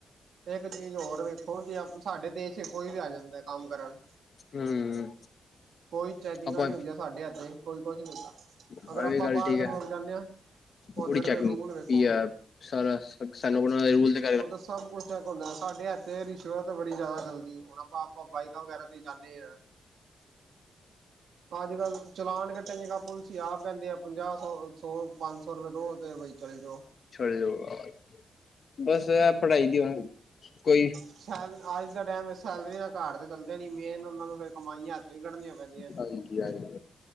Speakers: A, on the right (about 75°); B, on the left (about 55°).
A: ਇੱਕ ਚੀਜ਼ ਹੋਰ ਵੇਖੋ ਜੇ ਸਾਡੇ ਦੇਸ਼ ਚ ਕੋਈ ਵੀ ਆ ਜਾਂਦਾ ਕੰਮ ਕਰਨ।
B: ਹਮ
A: ਕੋਈ ਚੈਕਿੰਗਾਂ
B: ਆਪਾਂ
A: ਨੀ ਹੁੰਦੀਆਂ ਸਾਡੇ ਇੱਥੇ ਕੋਈ ਕੁਛ ਨੀ ਹੁੰਦਾ।
B: ਇਹ
A: ਅਗਰ ਆਪਾਂ
B: ਗੱਲ
A: ਬਾਹਰ
B: ਠੀਕ
A: ਦੇ
B: ਹੈ
A: ਮੁਲਕ ਜਾਂਦੇ ਹਾਂ ਉਓਧਰ
B: ਪੂਰੀ ਚੈਕਿੰਗ
A: ਦੇ ਰੂਲ ਵੇਖੋ।
B: ਪੀ ਆਰ ਸਾਰਾ ਸਾਕਸ ਲੈਵਲ <inaudible>
A: ਉਧਰ ਤਾਂ ਸਭ ਕੁੱਛ ਤ ਹੁੰਦਾ ਸਾਡੇ ਇੱਥੇ ਰਿਸ਼ਵਤ ਬੜੀ ਜ਼ਿਆਦਾ ਚੱਲਦੀ ਹੁਣ ਆਪਾਂ ਆਪਾਂ ਬਾਈਕਾਂ ਵਗੈਰਾ। ਤੇ ਜਾਂਦੇ ਆ। ਤਾਂ ਅੱਜ ਕੱਲ ਚਲਾਨ ਕੱਟਣ ਜਗਾ ਪੁਲਿਸ ਆਪ ਹੀ ਕਹਿੰਦੇ ਆ ਪੰਜਾਹ ਸੌ ਸੌ। ਪੰਜ ਸੌ ਰੁਪਏ ਦਿਓ ਤੇ ਬਈ ਚੱਲ ਜਾਓ।
B: ਛੱਡ ਜਾਓ ਬਸ ਐ ਪੜ੍ਹਾਈ ਦੀ ਕੋਈ।
A: ਸੈ ਅੱਜ ਦੇ ਟਾਈਮ ਸੈਲਰੀ ਦਾ ਘਰ ਤਾਂ ਚੱਲਦੇ ਨੀ ਮੇਨ ਉਹਨਾ ਨੂੰ ਫਿਰ ਕਮਾਈਆਂ। ਸਹੀ ਕੱਢਣੀਆਂ ਪੈਂਦੀਆਂ।
B: ਹਾਂਜੀ ਹਾਂਜੀ